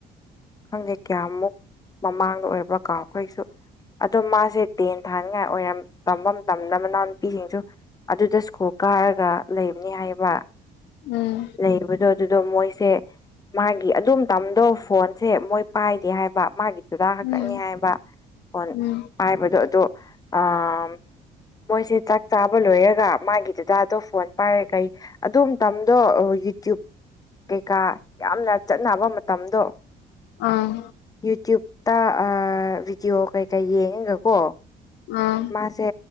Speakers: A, on the left; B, on the left.
A: ꯈꯪꯗꯦ ꯀꯌꯥꯃꯨꯛ ꯃꯃꯥꯡꯗ ꯑꯣꯏꯕ꯭ꯔꯥ ꯀꯥꯎꯈ꯭ꯔꯦ ꯑꯩꯁꯨ ꯑꯗꯣ ꯃꯥꯁꯦ ꯇꯦꯟ ꯊꯥꯅꯤꯡꯉꯥꯏ ꯑꯣꯏꯔꯝ ꯇꯝꯕ ꯃꯇꯝꯗ ꯃꯅꯥꯎ ꯅꯨꯄꯤꯁꯤꯡꯁꯨ ꯑꯗꯨꯗ ꯏꯁꯀꯨꯜ ꯀꯥꯔꯒ ꯂꯩꯕꯅꯦ ꯍꯥꯏꯕ
B: ꯎꯝ
A: ꯂꯩꯕꯗꯣ ꯑꯗꯨꯗꯣ ꯃꯣꯏꯁꯦ ꯃꯥꯒꯤ ꯑꯗꯨꯝ ꯃꯇꯝꯗꯣ ꯐꯣꯟ ꯁꯦ ꯃꯣꯏ ꯄꯥꯏꯗꯦ ꯍꯥꯏꯕ ꯃꯥꯒꯤ ꯗꯥꯥꯗꯥ ꯈꯛꯇꯪꯅꯦ
B: ꯎꯝ
A: ꯍꯥꯏꯕ ꯐꯣꯟ
B: ꯎꯝ
A: ꯄꯥꯏꯕꯗꯣ ꯑꯗꯨ ꯑꯥ ꯃꯣꯏꯁꯦ ꯆꯥꯛ ꯆꯥꯕ ꯂꯣꯏꯔꯒ ꯃꯥꯒꯤ ꯗꯥꯗꯥꯗꯣ ꯐꯣꯟ ꯄꯥꯏꯔ ꯀꯩ ꯑꯗꯨ ꯃꯇꯝꯗꯣ ꯌꯨꯇꯨꯞ ꯀꯩꯀꯥ ꯌꯥꯝꯅ ꯆꯠꯅꯕ ꯃꯇꯝꯗꯣ
B: ꯑꯝ
A: ꯌꯨꯇ꯭ꯨꯞꯇ ꯑꯥ ꯕꯤꯗꯤꯌꯣ ꯀꯩ ꯀꯩ ꯌꯦꯡꯉꯒꯀꯣ
B: ꯑꯝ
A: ꯃꯥꯁꯦ